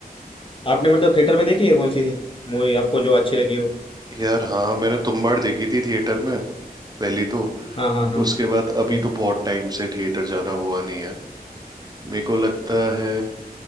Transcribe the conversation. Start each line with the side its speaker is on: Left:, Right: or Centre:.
Left: आपने मतलब
Right: हम्म।
Left: थिएटर में देखी है कौन सी मूवी आपको जो अच्छी लगी हो
Right: यार हाँ मैंने तुम्बाड़ देखी थी थिएटर में पहली तो
Left: हाँ हाँ हाँ
Right: उसके बाद अभी
Left: हम्म,
Right: तो बहुत टाइम से थिएटर जाना हुआ नहीं है मेरे को लगता है